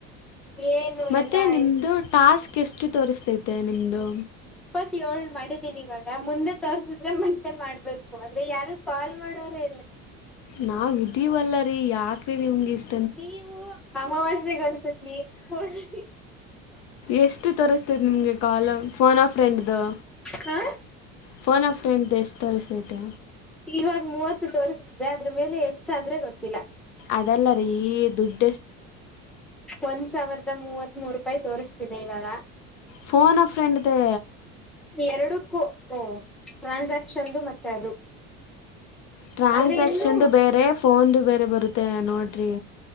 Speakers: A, in the centre; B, on the left.
A: ಏನು
B: ಮತ್ತೆ
A: ಎಲ್ಲಾ
B: ನಿಮ್ದು
A: ಆಯ್ತು
B: ಟಾಸ್ಕ್ ಎಷ್ಟು ತೋರಿಸ್ತೈತೆ ನಿಮ್ದು
A: ಇಪ್ಪತ್ ಯೋಳ್ ಮಾಡಿದ್ದೀನಿ ಇವಾಗ ಮುಂದೆ ತೋರ್ಸಿದ್ರೆ ಮತ್ತೆ ಮಾಡ್ಬೇಕು ಅದ್ರೆ ಯಾರು ಕಾಲ್ ಮಾಡೋರೆ
B: ನಾವ್ ಇದೀವಲ್ಲ ರೀ ಯಾಕ್ರೀ ನಿಮ್ಗೆ ಇಷ್
A: ನೀವು ಅಮಾವಾಸ್ಯೆಗೆ ಒಂದ್ ಸತಿ ಪೂರ್ಣಿಮಿಗ್
B: ಎಷ್ಟು ತೋರಿಸ್ತಿದೆ ನಿಮ್ಗೆ ಕಾಲ್ ಫೋನ್ ಆಫ್ ಫ್ರೆಂಡ್ ದು
A: ಹಾ
B: ಫೋನ್ ಆಫ್ ಫ್ರೆಂಡ್ ದು ಎಷ್ಟ್ ತೋರಿಸ್ತೈತೆ
A: ಇವಾಗ ಮೂವತ್ತು ತೋರಿಸ್ತಿದೆ ಅದ್ರ ಮೇಲೆ ಹೆಚ್ಚಾದ್ರೆ ಗೊತ್ತಿಲ್ಲ
B: ಅದಲ್ಲ ರೀ ದುಡ್
A: ಒಂದ್ ಸಾವ್ರ್ದ ಮೂವತ್ ಮೂರುಪಾಯಿ ತೋರಿಸ್ತಿದೆ ಇವಾಗ
B: ಫೋನ್ ಆಫ್ ಫ್ರೆಂಡ್ ದೆ
A: ಎರಡುಕ್ಕು ಒ ಟ್ರಾನ್ಸಾಕ್ಷನ್ದು ಮತ್ತೆ ಅದು
B: ಟ್ರಾನ್ಸಾಕ್ಷನ್ದು
A: ಆದ್ರೆ ಇನ್ನು
B: ಬೇರೆ ಫೋನ್ದು ಬೇರೆ ಬರುತ್ತೆ ನೋಡ್ರಿ